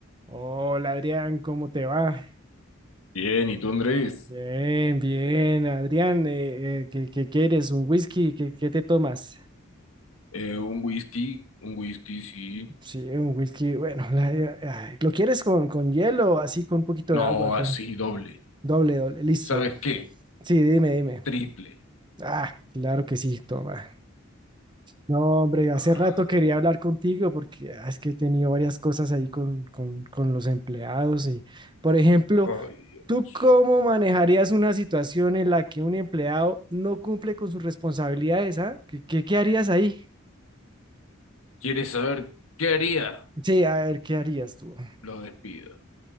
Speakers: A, on the right; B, on the left.
A: Hola Adrián, ¿cómo te va?
B: Bien, ¿y tú, Andrés?
A: Bien, bien, Adrián, eh, eh, ¿qué, qué quieres? ¿Un whisky? ¿Qué, qué te tomas?
B: Eh, un whisky, un whisky, sí.
A: Sí, un whisky, bueno, <laughs> la- eh, ay, ¿lo quieres con, con hielo, así con un poquito
B: No,
A: de agua? que
B: así, doble.
A: Doble, doble, listo.
B: ¿Sabes qué?
A: Sí, dime, dime.
B: Triple.
A: Ah, claro que sí, toma. No, hombre, hace
B: Ah,
A: rato quería hablar contigo porque ah, es que he tenido varias cosas ahí con, con, con los empleados y, por ejemplo,
B: Ay,
A: ¿Tú
B: Dios.
A: cómo manejarías una situación en la que un empleado no cumple con sus responsabilidades, ah? ¿Qué, qué, qué harías ahí?
B: ¿Quieres saber qué haría?
A: Sí, a ver, ¿qué harías tú?
B: Lo despido.